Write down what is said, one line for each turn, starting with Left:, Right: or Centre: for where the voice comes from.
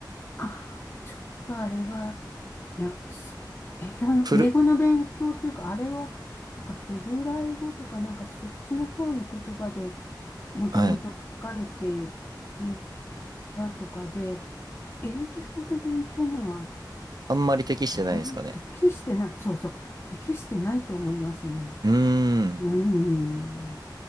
Left: あ、ちょっとあれは、いや、す英語の、
Right: フル、
Left: 英語の勉強というか、あれは、なんかヘブライ語とか、なんかそっちの方の言葉でもともと書かれてい
Right: はい。
Left: たとかで、英語の勉強には、
Right: あんまり適してないですかね。
Left: 学ん適してない、そうそう、適してないと思いますね。
Right: うーん。
Left: うん。